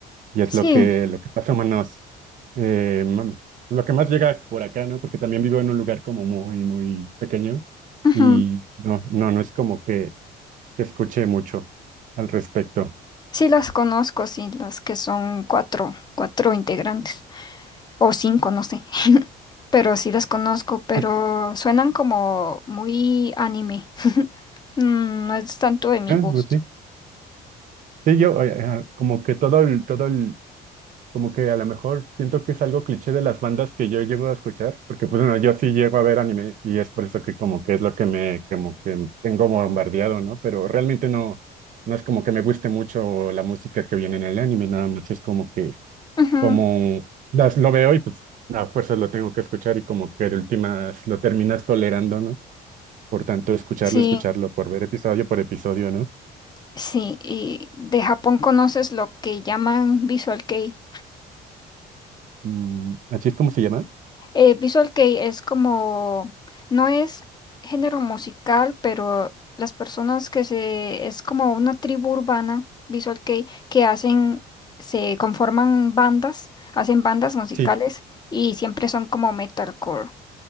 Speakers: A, on the right; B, on the left.
A: y es
B: Sí,
A: lo que, lo que pasa menos, eh, mm, lo que más llega por acá, ¿no? Porque también vivo en un lugar como muy, muy pequeño
B: ujú,
A: y no, no, no es como que que escuche mucho al respecto.
B: Sí las conozco, sí, las que son cuatro, cuatro integrantes o cinco, no sé. Pero sí las conozco, pero
A: <laughs>
B: suenan como muy anime. Mm, no es tanto de mi
A: Ah,
B: gusto.
A: pues sí. Sí, yo eh, ah, como que todo el, todo el, Como que a lo mejor siento que es algo cliché de las bandas que yo llego a escuchar, porque pues bueno, yo sí llego a ver anime y es por eso que como que es lo que me, como que tengo bombardeado, ¿no? Pero realmente no, no es como que me guste mucho la música que viene en el anime, nada más es como que,
B: Ujú,
A: como las, lo veo y pues a fuerzas lo tengo que escuchar y como que de últimas lo terminas tolerando, ¿no? Por tanto, escucharlo,
B: Sí.
A: escucharlo, por ver episodio por episodio, ¿no?
B: Sí, y de Japón conoces lo que llaman Visual Kei.
A: Mm, ¿así es como se llama?
B: Eh, Visual Kei es como, no es género musical, pero las personas que se, es como una tribu urbana, Visual Kei, que hacen, se conforman bandas, hacen bandas musicales
A: Sí.
B: y siempre son como metalcore.